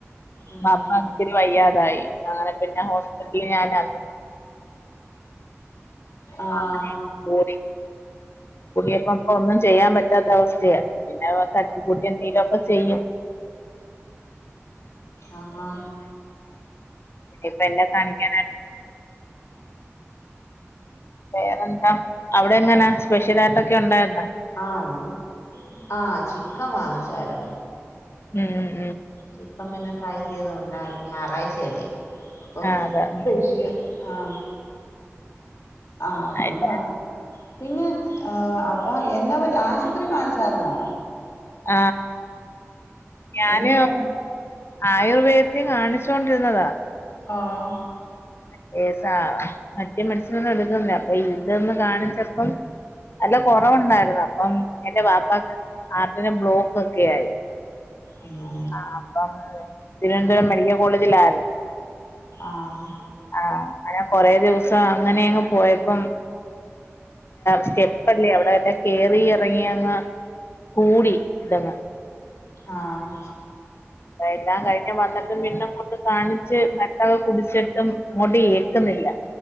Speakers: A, on the left (about 75°); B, on the left (about 55°).
A: ഉം
B: ബാപ്പാക്ക് പിന്നെ വയ്യാതായി. അങ്ങനെ പിന്നെ ഹോസ്പിറ്റൽ ഞാൻ അ <unintelligible>
A: ആഹ്
B: ഇപ്പ ഒന്നും ചെയ്യാൻ പറ്റ ത്ത അവസ്ഥയ. പിന്നെ തട്ടി കൂട്ടി എന്തെലൊക്കെ ചെയ്യും.
A: <inaudible> ആഹ്ആ ഹാ
B: ഇത് പ്പ എന്നെ കാണിക്കാനാ വേറെന്താ, അവിടെ എങ്ങനാ സ്പെഷ്യൽയിട്ടൊക്കെ ഉണ്ടായി
A: ആഹ് ആഹ, ചിക്കൻ വാങ്ങിച്ചായിര്ന്നു.
B: ഉംഹ് ഉ
A: ചിക്കം പിന്നെ ട്രൈ ചെയ്ത ണ്ടായിരുന്നു ഞായറാഴ്ചയല്ലേ അപ്പം
B: ആ അതെ ഉം
A: ബെശില് ആഹ് ആഹ്ആ അതുംകൊണ്ട്
B: ആയിക്കോ.
A: വാങ്ങിക്കാ പിന്നെ ആഹ്ആ എന്ന് ആശുത്രി കാണിച്ചാരുന്നോ
B: ആഹ്ആ ഞാന്
A: എന്ത് പറഞ്ഞു
B: ആയുർവേദം കാണി വച്ചോണ്ടിര്ന്നതാ,
A: ആഹ്
B: മറ്റേ സാം മറ്റേ മനസിനൊന്നും എടുക്കുന്നില്ല, അപ്പൊ ഇതന്ന് കാണിച്ചപ്പം നല്ല കൊറവുണ്ടായിരുന്നു അപ്പം, എന്റെ വാപ്പാക്ക്. ഹാർട്ടിന് ബ്ലോക്ക് പിയായി
A: അയ്യോ
B: ആ അപ്പം, തിരുവനന്തപുരം മെഡിക്കൽ കോളേജിലായിരുന്നു.
A: ആഹ്
B: അങ്ങനെ കൊറേ ദിസം അങ്ങനെയങ്ങ്, പോയപ്പം സ്റ്റെപ്പല്ലേ അവിടെല്ലെ കേറി ഇറങ്ങി അങ്ങ്, കൂടി ഇതങ്ങ്
A: ആഹ്
B: അ എല്ലാം കഴിഞ്ഞ് വന്നിട്ടും പിന്നും കൊണ്ട് കാണിച്ച് മരന്നൊക്കെ കുടിച്ചിട്ടും അങ്ങോട്ട്ഏറ്റി ക്ക്ന്നില്ല